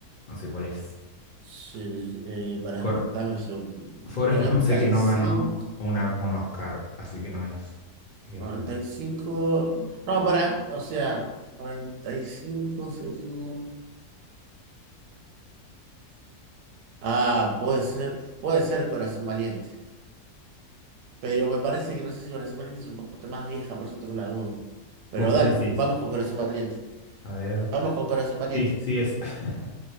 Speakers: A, on the left (about 60°); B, on the right (about 80°).
A: No sé cuál es.
B: sí, eh, pará,
A: Cor
B: dame un segundo.
A: Forrest
B: noventa
A: Gump sé que
B: y
A: no
B: cinco.
A: ganó una, un Oscar, así que no es. Eh,
B: noventa y cinco, no, pará, o sea, 95, Ah, puede ser, puede ser Corazón Valiente. Pero me parece que no sé si Corazón Valiente es un poquito más vieja, por eso tengo la duda. Pero
A: ¿vos cuál
B: dale,
A: decís?
B: vamos con Corazón Valiente.
A: A ver.
B: Vamos con Corazón Valiente.
A: Sí, sí es. <laughs>